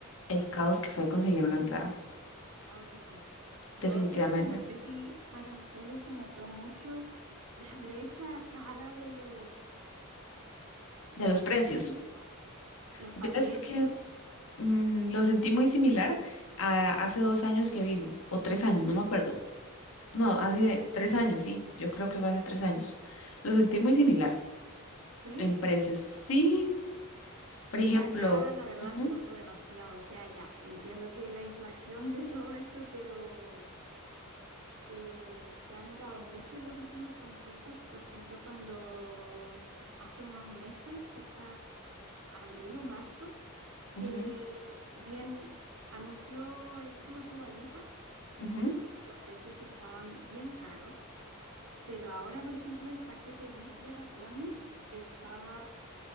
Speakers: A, on the left (about 65°); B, on the right (about 80°).
A: el caos
B: Sí,
A: que fue conseguir una entrada,
B: caótico. Lo
A: definitivamente,
B: otro es que no sé si para ustedes se notó mucho la brecha cara de los de
A: de los
B: los
A: precios.
B: precios, los
A: Verás
B: paquetes,
A: que mm, lo sentí muy similar a hace dos años que vino, o tres años, no me acuerdo. No, hace tres años, sí, yo creo que fue hace tres años. Lo sentí muy similar
B: ¿sí?
A: en precios. Sí, por
B: Mira,
A: ejemplo,
B: acá la verdad
A: ujú,
B: se notó demasiado, o sea, ya entiendo que la inflación <laughs> de todo esto, pero eh, se ha notado mucho en los últimos conciertos, por ejemplo, cuando hace unos meses, quizás abril o marzo, que
A: ujú,
B: bien anunció el tour Dua Lipa
A: ujú.
B: y los precios sí estaban bien caros, pero ahora, por ejemplo, el paquete VIP de Bad Bunny estaba,